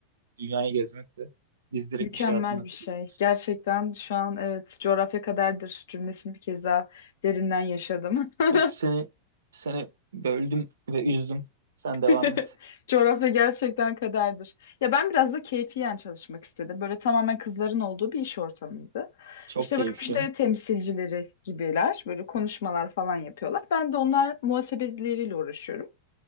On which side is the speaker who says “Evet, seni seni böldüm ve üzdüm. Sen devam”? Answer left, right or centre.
Right